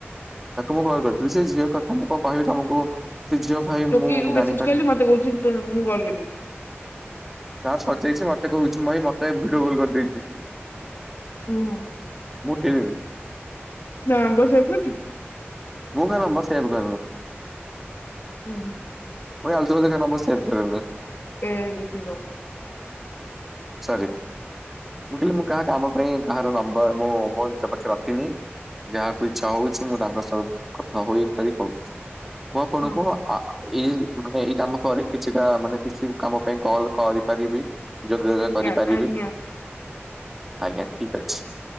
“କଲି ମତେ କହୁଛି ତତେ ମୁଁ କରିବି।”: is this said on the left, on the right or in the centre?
Left